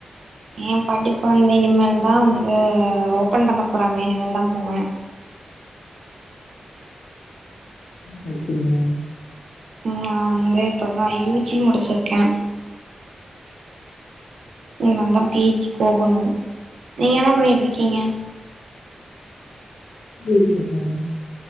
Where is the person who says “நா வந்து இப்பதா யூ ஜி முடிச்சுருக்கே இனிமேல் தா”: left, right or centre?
Right